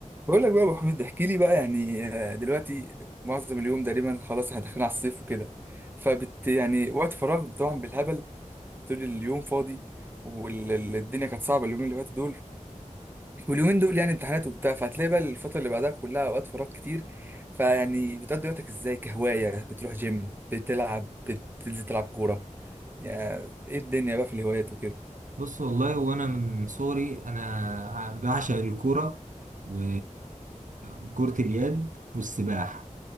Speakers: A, on the right; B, on the right.
A: بقول لك بقى يا ابو حميد احكي لي بقى يعني آه، دلوقتي معظم اليوم تقريبا خلاص احنا داخلين على الصيف وكده فبت يعني وقت فراغ طبعا بالهبل طول اليوم فاضي والدنيا كانت صعبه اليومين اللي فاتوا دول واليومين دول يعني امتحانات وبتاع فهتلاقي بقى الفتره اللي بعدها كلها اوقات فراغ كتير فيعني بتقضي وقتك ازاي كهوايه بتروح جيم بتلعب بتنزل تلعب كوره يعني ايه الدنيا بقى في الهوايات وكده
B: بص والله وانا من صغري انا بعشق الكوره و- وكرة اليد والسباحه